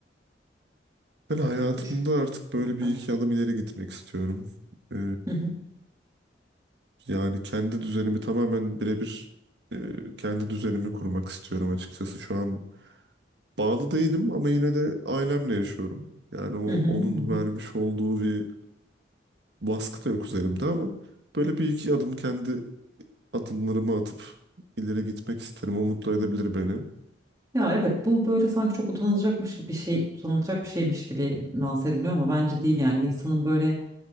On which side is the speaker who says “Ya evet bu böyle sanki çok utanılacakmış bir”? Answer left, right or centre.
Right